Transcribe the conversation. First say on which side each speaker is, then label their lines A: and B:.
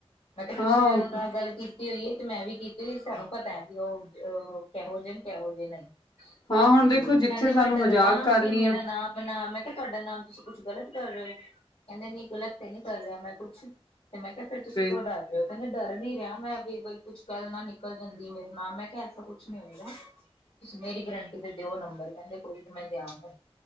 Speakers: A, on the left (about 80°); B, on the left (about 45°).
A: ਮੈਂ ਕਿਹਾ ਤੁਸੀਂ
B: ਹਾਂ
A: ਵੀ ਉਹਨਾਂ
B: ਉਹ ਤਾਂ
A: ਨਾਲ ਗੱਲ ਕੀਤੀ। ਕੀਤੀ ਹੋਈ ਹੈ ਤੇ ਮੈਂ ਵੀ ਕੀਤੀ ਹੋਈ ਸਾਨੂੰ ਪਤਾ ਹੈ ਵੀ ਉਹ ਕਿਹੋ ਜਿਹੇ ਕਿਹੋ ਜਿਹੇ ਨਹੀਂ।
B: ਹਾਂ ਹੁਣ ਦੇਖੋ
A: ਕਹਿੰਦੇ
B: ਜਿੱਥੇ ਸਾਨੂੰ
A: ਮੈਂ ਡਰਦਾ
B: ਮਜ਼ਾਕ ਕਰਨੀ
A: ਕਿ ਮੇਰਾ
B: ਆ
A: ਨਾਂ। ਬਦਨਾਮ ਮੈਂ ਕਿਹਾ ਤੁਹਾਡਾ ਨਾਮ ਤੁਸੀਂ ਕੁਛ ਗ਼ਲਤ ਕਰ ਰਹੇ ਹੋ ਕਹਿੰਦੇ ਨੀ ਗ਼ਲਤ ਤੇ ਨੀ ਕਰ ਰਿਹਾ ਮੈਂ ਕੁਛ ਤੇ ਫਿਰ ਮੈਂ ਕਿਹਾ ਫਿਰ ਤੁਸੀਂ
B: ਫੇਰ
A: ਕਿਉਂ ਡਰ ਉਹ ਕਹਿੰਦੇ ਡਰ ਨੀ ਰਿਹਾ ਮੈਂ ਬਈ ਕੁਛ ਕੱਲ ਨਾ ਨਿਕਲ ਜਾਂਦੀ ਮੇਰੇ ਨਾਲ ਮੈਂ ਕਿਹਾ ਐਸਾ ਕੁਛ ਨੀ ਹੋਏ। ਤੁਸੀਂ ਮੇਰੀ ਗਰੰਟੀ ਤੇ ਦਿਓ ਨੰਬਰ ਕਹਿੰਦੇ ਕੋਈ ਨਹੀਂ ਮੈਂ ਦਿਆਂਗਾ।